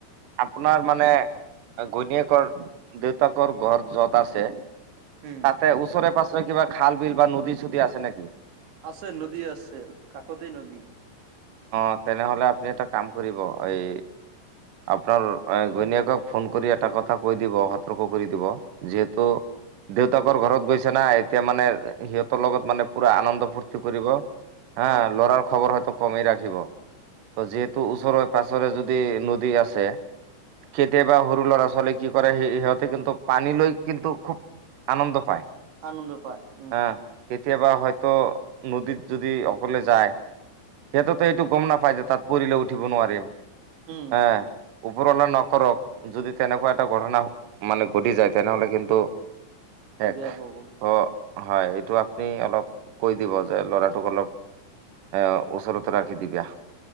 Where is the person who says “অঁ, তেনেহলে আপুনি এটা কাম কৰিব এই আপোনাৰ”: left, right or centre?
Right